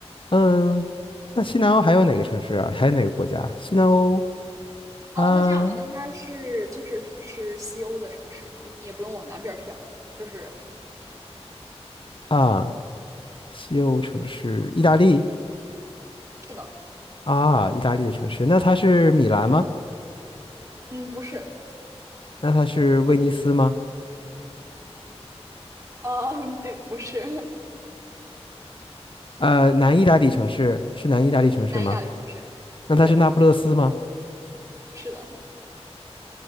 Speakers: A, on the left; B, on the right.
A: 嗯，那西南欧还有哪个城市啊？还有哪个国家？西南欧
B: 啊，
A: 啊
B: 那这样吧，那它是就是它是西欧的城市，你也不用往南边儿偏了，就是
A: 啊，西欧城市，意大利
B: 是的，
A: 啊，意大利的城市，那它是米兰吗？
B: 嗯，不是，
A: 那它是威尼斯吗？
B: 啊，<laughs> 不是
A: 呃，南意大利城市是南意大利城市吗？
B: <laughs> 南意大利城市，
A: 那它是那不勒斯吗？
B: 对，是的，